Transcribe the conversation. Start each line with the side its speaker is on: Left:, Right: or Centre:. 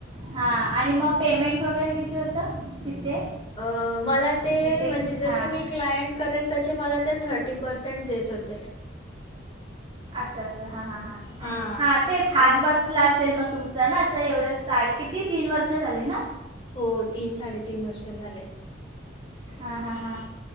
Right: हां आणि मग पेमेंट वगैरे किती होतं, तिथे?
Left: अ.. मला ते
Right: जिथे
Left: म्हणजे जसे
Right: हां
Left: मी क्लायंट - करेल तसे मला ते थर्टी पर्सेंट देत होते.
Right: असं असं हा, हा, हा,
Left: हां.
Right: हा, तेच हात
Left: मग
Right: बस- ला असेल, मग तुमच ना असं एवढं साड किती तीन वर्ष झाली ना?
Left: हो, तीन साडेतीन वर्ष झाले.
Right: हा, हा, हा,